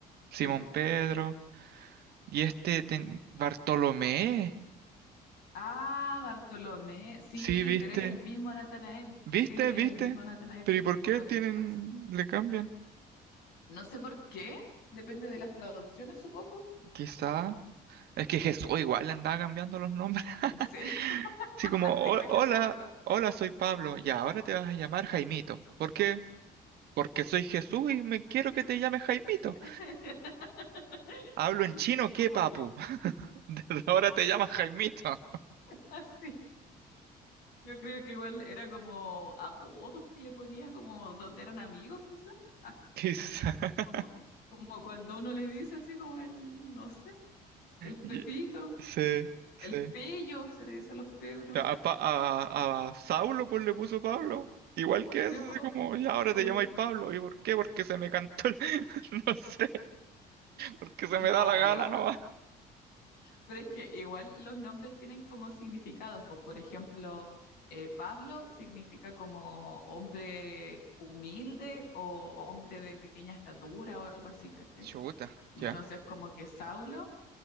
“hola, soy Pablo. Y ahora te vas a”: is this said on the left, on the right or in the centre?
Right